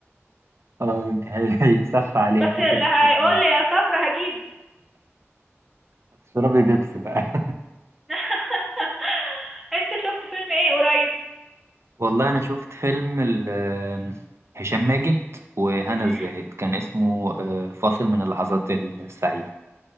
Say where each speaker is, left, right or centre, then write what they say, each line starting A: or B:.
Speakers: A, on the right (about 65°); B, in the centre.
A: اه انت هي- هيتصفى <laughs> عليك
B: بس اللي
A: كده
B: هيقول
A: اليوم.
B: لي يا صفرا هجيبه
A: هتشربي بيبس بقى <laughs>
B: <laughs> انت شفت فيلم ايه قريب
A: والله أنا شفت فيلم ال- آم، هشام ماجد وهنا
B: مم؟
A: الزاهد كان اسمه آه، فاصل من اللحظات السعيدة